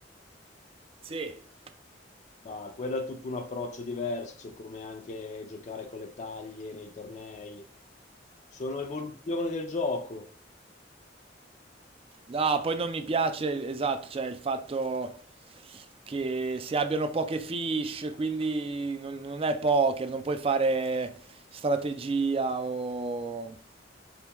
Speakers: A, on the right; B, on the left.
A: Sì.
B: Ma quello è tutto un approccio diverso, come anche giocare con le taglie nei tornei. Sono evoluzioni del gioco.
A: No, poi non mi piace, esatto, cioè il fatto che si abbiano poche fish, quindi non, non è poker, non puoi fare strategia o...